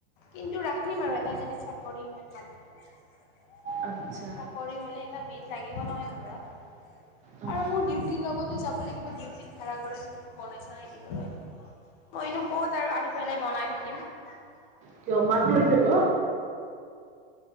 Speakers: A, on the left; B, on the right.
A: কিন্তু ৰাখিম আৰু এটা যদি চাকৰি হয় ভাল। চাকৰি
B: আচ্ছা
A: হ'লে এটা মেদ লাগিব নহয় ঘৰত?
B: অ।
A: আৰু মোৰ ডিউটিৰ লগতো যাব লাগিব, ডিউটিত ভাড়া ঘৰত মোক বনাই-চনাই নাই দিবলৈ, মইনো ক'ত আৰু আহি পেলাই বনাই থাকিম। <unintelligible>
B: কিয় মাক
A: ঘৰত
B: লৈ যাব?